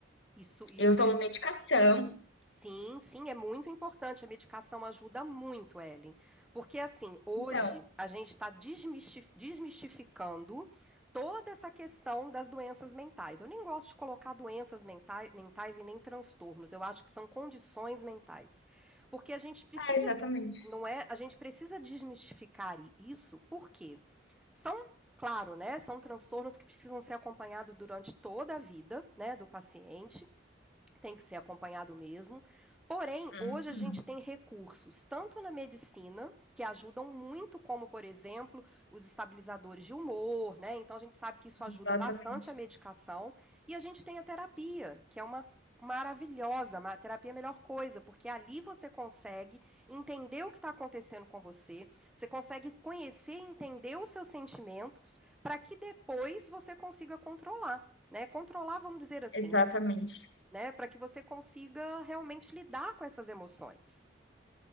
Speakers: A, in the centre; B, on the left.
A: Isso, isso
B: Eu tomo
A: é
B: medicação.
A: Sim, sim, é muito importante. A medicação ajuda muito, Ellen. Porque, assim, hoje
B: Então,
A: a gente está desmistificando toda essa questão das doenças mentais. Eu nem gosto de colocar doenças mentais, mentais e nem transtornos. Eu acho que são condições mentais. Porque a gente precisa,
B: é, exatamente.
A: não é? A gente precisa desmistificar isso, porque são. Claro, né? São transtornos que precisam ser acompanhados durante toda a vida, né, do paciente tem que ser acompanhado mesmo. Porém,
B: Uhum.
A: hoje a gente tem recursos tanto na medicina, que ajudam muito, como por exemplo, os estabilizadores de humor, né? Então a gente sabe que isso ajuda
B: Exatamente,
A: bastante a medicação, e a gente tem a terapia, que é uma maravilhosa, a terapia é a melhor coisa, porque ali você consegue entender o que está acontecendo com você, você consegue conhecer e entender os seus sentimentos para que depois você consiga controlar. Né, controlar, vamos dizer assim,
B: exatamente,
A: né? né? Para que você consiga realmente lidar com essas emoções.